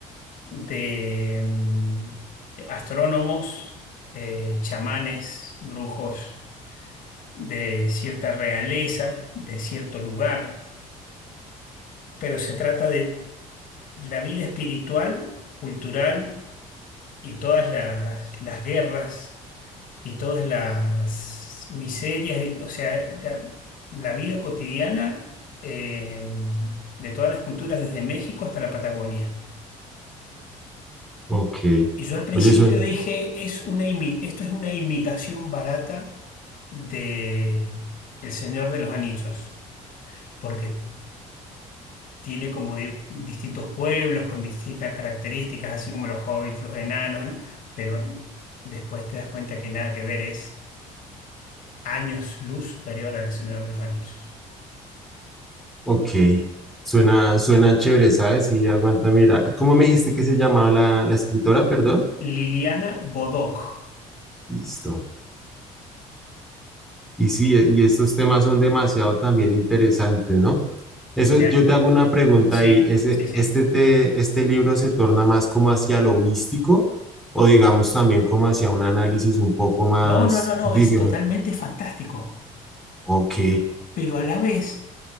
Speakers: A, on the left (about 60°); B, in the centre.
A: de mm, astrónomos, eh, chamanes, brujos de cierta realeza, de cierto lugar, pero se trata de la vida espiritual, cultural y todas las, las guerras y todas las miserias, y- o sea, la, la vida cotidiana eh, de todas las culturas, desde México hasta la Patagonia.
B: Ok.
A: Y yo al principio
B: Oye, suena.
A: dije, es una imi- esto es una imitación barata de El Señor de los Anillos, porque tiene como de- distintos pueblos con distintas características, así como los hobbits, los enanos, ¿no? Pero después te das cuenta que nada que ver, es años luz superior al Señor de los Anillos.
B: Ok. Suena, suena chévere, ¿sabes? Sí, aguanta mirarla. ¿Cómo me dijiste que se llamaba la, la escritora? Perdón.
A: Liliana Bodoc.
B: Listo. Y sí,
A: Eh,
B: e- y estos temas son demasiado también interesantes, ¿no? Eso,
A: Mira,
B: yo te hago una pregunta
A: sí,
B: ahí, ese,
A: sí, sí.
B: este, te- ¿este libro se torna más como hacia lo místico o digamos también como hacia un análisis un poco más,
A: No, no, no, no,
B: digamos,
A: es totalmente fantástico,
B: ok,
A: pero a la vez